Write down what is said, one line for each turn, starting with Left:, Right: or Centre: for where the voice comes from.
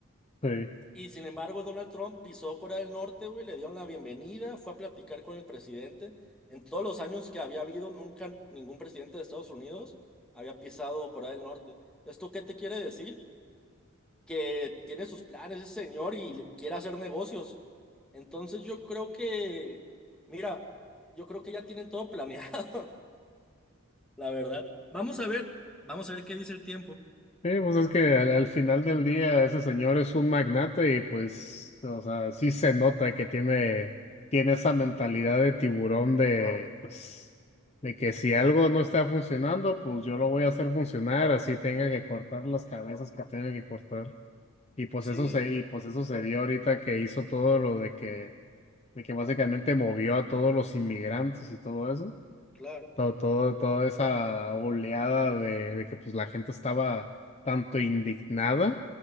Left: Sí.
Centre: Y sin embargo, Donald Trump pisó Corea del Norte, güey, le dieron la bienvenida, fue a platicar con el presidente. En todos los años que había habido, nunca ningún presidente de Estados Unidos había pisado Corea del Norte. ¿Esto qué te quiere decir? Que tiene sus planes ese señor y le- quiere hacer negocios. Entonces yo creo que, mira, yo creo que ya tienen todo <laughs> planeado. la verdad. Vamos a ver, vamos a ver qué dice el tiempo.
Left: Sí, pues es que al, al final del día ese señor es un magnate y pues, o sea, sí se nota que tiene, tiene esa mentalidad de tiburón de, pues, de que si algo no está funcionando, pues yo lo voy a hacer funcionar, así tenga que cortar las cabezas que tenga que cortar. Y pues
Centre: Sí,
Left: eso se, y pues eso se vio ahorita que hizo todo lo de que, de que básicamente movió a todos los inmigrantes y todo eso
Centre: claro.
Left: todo, todo- toda esa oleada de, de que pues la gente estaba tanto indignada